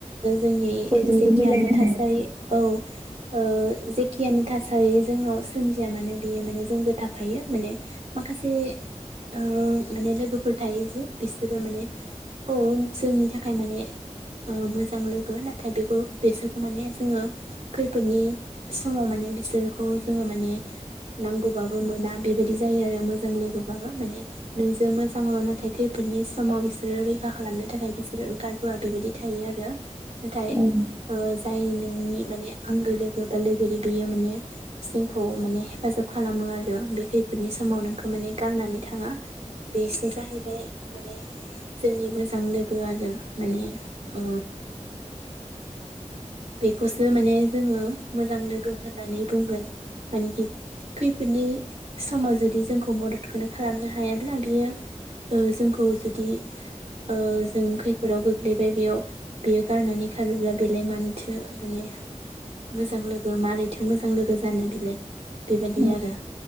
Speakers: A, on the right; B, on the right.
A: जोंनि
B: बयजोंबो
A: जेखियानो
B: मिलायनो
A: थासारि
B: हाया
A: औ ओ जेखियानो थासारि जोंनाव सोमजिया मानो बियो माने जोंजों थाफायो माने माखासे ओ माने लोगोफोर थायो जे बिसोरो माने औ जोंनि थाखाय खाय माने ओ मोजां लोगो नाथाय बेखौ बेसोर माने जोङो खैफोदनि समाव माने बिसोरखौ जोङो माने नांगौबाबो मोना बेबायदि जायो आरो मोजां लोगोबाबो माने नोंजों मोजांल' नाथाय खैफोदनि समाव बिसोरो रैखा खालामनो थाखाय बिसोरो ओंखार बोआ बेबायदि थायो आरो नाथाय
B: ओम
A: ओ जाय नोंनि माने आंगो लोगो बा लोगोरि बेयो माने जोंखौ माने हेफाजाब खालामो आरो बे खैफोदनि समाव नोंखौ माने गारनानै थाङा बेसो जाहैबाय माने जोंनि मोजां लोगो आरो माने अ बेखौसो माने जोङो मोजां लोगो होननानै बुंगोन मानिखि खैफोदनि समाव जुदि जोंखौ मददखौनो खालामनो हायाब्ला बियो जोंखौ जुदि ओ जों खैफोदाव गोग्लैबाय बेयाव बेयो गारनानै खारोब्ला बेलाय मान थो माने मोजां लोगो मारैथो मोजां लोगो जानो बेलाय बेबायदि
B: औ
A: आरो